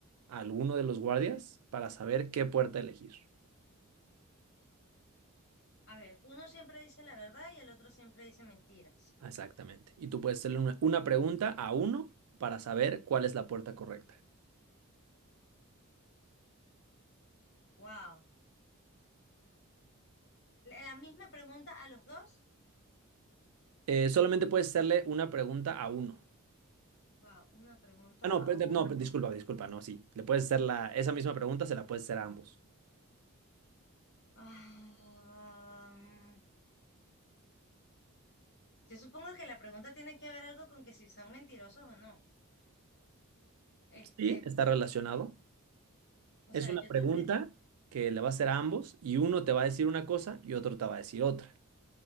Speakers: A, on the right (about 80°); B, on the left (about 50°).
A: a alguno de los guardias para saber qué puerta elegir?
B: A ver, uno siempre dice la verdad y el otro siempre dice mentiras.
A: Exactamente. Y tú puedes hacerle una, una pregunta a uno para saber cuál es la puerta correcta.
B: Wow. La, la misma pregunta a los dos.
A: Eh, solamente puedes hacerle una pregunta a uno.
B: Wow, una pregunta
A: Ah, no,
B: a
A: pe-
B: uno.
A: no, pe- disculpa, disculpa, no, sí. Le puedes hacer la, esa misma pregunta, se la puedes hacer a ambos.
B: Ah, mm, yo supongo que la pregunta tiene que ver algo con que si son mentirosos o no. Este,
A: Sí, está relacionado.
B: o
A: Es
B: sea,
A: una
B: yo
A: pregunta
B: tendría,
A: que le va a hacer a ambos y uno te va a decir una cosa y otro te va a decir otra.